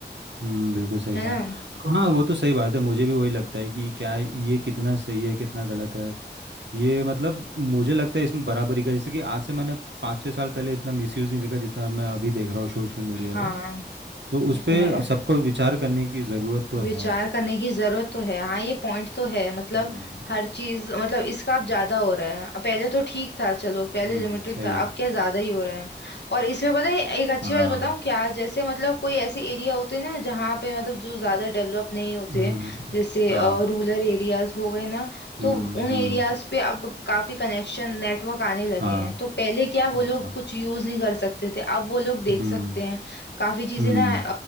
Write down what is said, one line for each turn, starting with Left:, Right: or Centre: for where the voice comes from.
Right: हम्म बिल्कुल सही
Left: है
Right: बात
Left: ना
Right: तो हाँ वो तो सही बात है मुझे भी वही लगता है कि क्या ये कितना सही है कितना गलत है ये मतलब मुझे लगता है इसमें बराबरी का जैसे कि आज से मैंने पाँच छः साल पहले इतना मिसयूज़ नहीं देखा जितना मैं अभी देख रहा हूँ सोशल मीडिया
Left: हाँ
Right: का तो उस
Left: ये
Right: पर
Left: तो है
Right: सबको विचार करने की ज़रूरत तो
Left: विचार
Right: है
Left: करने की जरूरत तो है हाँ ये पॉइंट तो है मतलब
Right: हम्म
Left: हर चीज मतलब इसका अब ज्यादा हो रहा है अब पहले तो ठीक था चलो पहले
Right: हम्म
Left: लिमिटेड
Right: सही
Left: था
Right: है
Left: अब क्या ज्यादा ही हो रहा है और इसमें पता है एक अच्छी
Right: हाँ
Left: बात बताऊं क्या जैसे मतलब कोई ऐसे एरिया होते हैं ना जहाँ पे मतलब जो ज्यादा डेवलप नहीं होते
Right: हम्म
Left: हैं, जैसे
Right: हाँ
Left: रूरल एरियाज हो गए ना तो
Right: हम्म
Left: उन एरियाज
Right: हम्म
Left: पे अब काफी कनेक्शन नेटवर्क आने लगे
Right: हाँ
Left: हैं तो पहले क्या वो
Right: हाँ
Left: लोग
Right: हाँ,
Left: कुछ यूज नहीं कर सकते थे अब वो लोग देख
Right: हम्म
Left: सकते हैं काफी चीजें
Right: हम्म
Left: ना